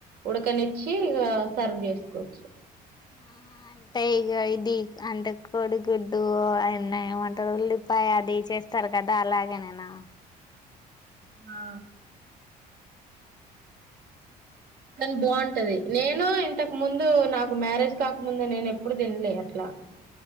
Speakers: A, on the right; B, on the left.
A: ఉడకనిచ్చి ఇగ సర్వ్ చేసుకోవచ్చు అ
B: ఆహా, అంటే ఇగ ఇది అంటే కోడి గుడ్డు అయ్యన్న ఏమంటారు వేళ్ళు పాయ అది చేస్తారు కదా అలాగే నేనా
A: ఆ కానీ బాగుంటది నేను ఇంతకు ముందు నాకు మ్యారేజ్ కాకముందు నేను ఎప్పుడు తినలే అట్లా